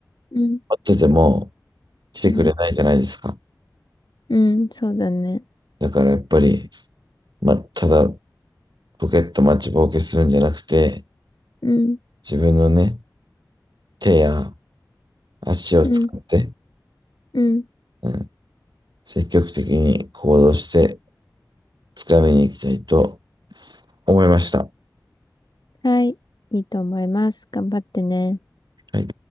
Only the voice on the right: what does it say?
あってても、来てくれないじゃないですか。
だからやっぱり、まあ、ただポケット待ちぼうけするんじゃなくて、
自分のね、手や足を使って、
うん、積極的に行動して、つかみに行きたいと思いました。
はい